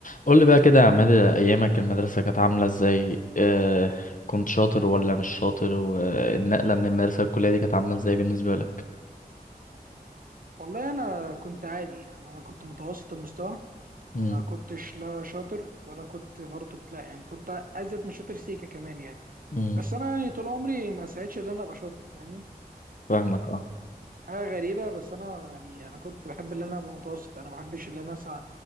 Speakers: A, on the left (about 55°); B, on the right (about 60°).
A: قول لي بقى كده يا عماد ايامك المدرسه كانت عامله ازاي آه كنت شاطر ولا مش شاطر والنقله من المدرسه للكليه دي كانت عامله ازاي بالنسبه لك
B: والله انا كنت عادي انا أنا كنت متوسط المستوى
A: امم
B: ما كنتش لا شاطر ولا كنت برضو لا يعني كنت ازيد من شاطر سيكا كمان يعني
A: امم
B: بس انا يعني طول عمري ما سعيتش ان انا ابقى شاطر فاهمني
A: فاهمك اه
B: حاجه غريبه بس انا يعني انا كنت بحب ان انا ابقى متوسط انا ما بحبش ان انا اسعى